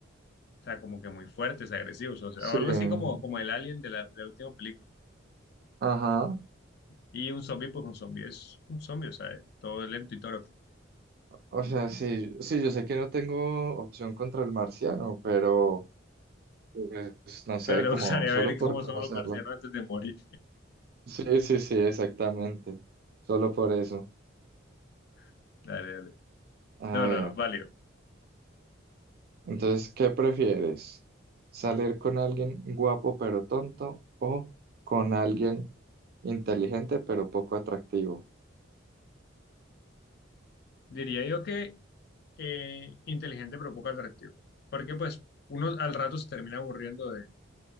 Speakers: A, on the left (about 55°); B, on the right (about 50°).
A: o sea, como que muy fuertes, agresivos, o sea,
B: sí.
A: algo así como, como el alien de la, de la última película.
B: Ajá.
A: Y un zombie, pues un zombie es un zombie, o sea, es todo lento y todo.
B: O sea, sí, sí, yo sé que no tengo opción contra el marciano, pero pues, no sé,
A: Pero te
B: como
A: gustaría
B: solo
A: ver
B: por
A: <laughs> cómo
B: conocerlo.
A: son los marcianos antes de morir.
B: Sí, sí, sí, exactamente. Solo por eso.
A: <laughs> Dale, dale.
B: A
A: No,
B: ver.
A: no, no, válido.
B: Entonces, ¿qué prefieres? ¿Salir con alguien guapo pero tonto o con alguien inteligente pero poco atractivo?
A: Diría yo que eh, inteligente pero poco atractivo. Porque pues uno al rato se termina aburriendo de,